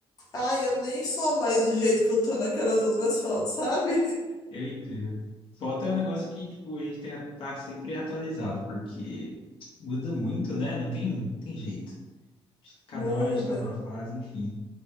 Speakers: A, on the left; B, on the left.
A: Ai, eu nem sou mais do jeito que eu tô naquelas outras fotos, sabe?
B: Eu entendo. Foto é um negócio que, tipo, a gente tem que estar sempre atualizado, porque muda muito, né? Não tem, tem jeito. Cada
A: <laughs> Muda.
B: hora a gente tá numa fase, enfim.